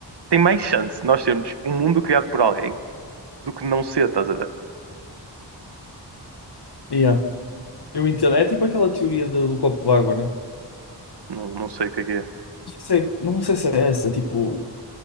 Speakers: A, on the right; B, on the left.
A: tem mais chance de nós sermos um mundo criado por alguém do que não ser, estás a ver?
B: yeah. Eu entendo. É tipo aquela teoria do, do copo d'água, né?
A: Não, não sei o que é que é
B: Não sei, não sei se é essa, tipo,